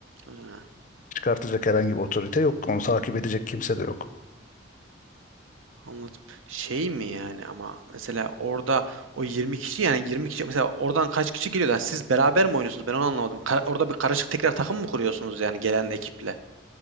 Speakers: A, on the right; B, on the left.
A: Ha,
B: çıkartacak herhangi bir otorite yok. Onu takip edecek kimse de yok.
A: Anladım. Şey mi yani ama mesela orada o 20 kişi yani 20 kişi mesela oradan kaç kişi geliyor da siz beraber mi oynuyorsunuz? Ben onu anlamadım. Ka- orada bir karışık tekrar takım mı kuruyorsunuz yani gelen ekiple?